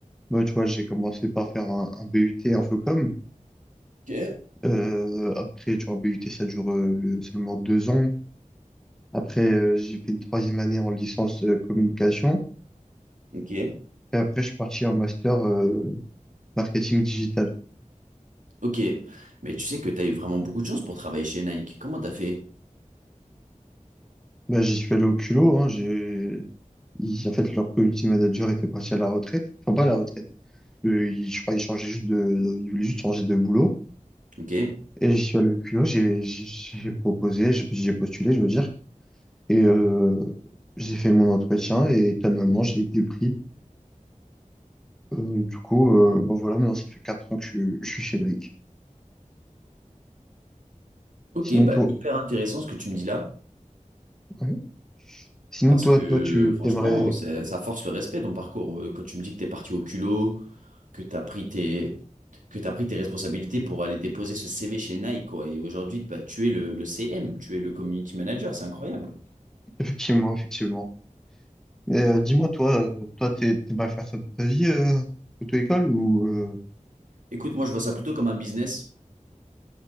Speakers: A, in the centre; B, on the right.
A: Moi, tu vois, j'ai commencé par faire un, un BUT Infocom.
B: Ok.
A: Euh, après, tu vois, BUT, ça dure euh, le- seulement deux ans. Après, euh, j'ai fait une troisième année en licence euh, communication.
B: Ok,
A: Et après, je suis parti en master euh, marketing digital.
B: ok. Mais tu sais que tu as eu vraiment beaucoup de chance pour travailler chez Nike. Comment t'as fait?
A: Bah, j'y suis allé au culot. Hein, j'ai... ils- en fait, leur community manager était parti à la retraite. Enfin, pas à la retraite. Euh, il- je crois qu'il changeait juste de... il voulait juste changer de boulot.
B: Ok,
A: Et j'y suis allé au culot. J'ai j'ai- j'ai proposé, j'ai j'ai postulé, je veux dire. Et euh, j'ai fait mon entretien et étonnamment, j'ai été pris. Euh, du coup, euh, bon voilà, maintenant ça fait 4 ans que je, je suis chez Nike.
B: ok,
A: Sinon
B: bah
A: toi,
B: hyper intéressant ce que tu me dis là,
A: ouais. Sinon
B: parce
A: toi,
B: que
A: toi,
B: euh,
A: tu
B: franchement,
A: t'aimerais
B: ça ça force le respect ton parcours. Euh, Quand tu me dis que t'es parti au culot, que t'as pris tes, que t'as pris tes responsabilités pour aller déposer ce CV chez Nike, quoi. Et aujourd'hui, bah, tu es le, le CM, tu es le community manager, c'est incroyable.
A: <laughs> effectivement, effectivement. Mais euh, dis-moi toi, euh, toi, t'es- t'aimerais faire ça toute ta vie, euh, auto-école ou euh,
B: Écoute, moi je vois ça plutôt comme un business.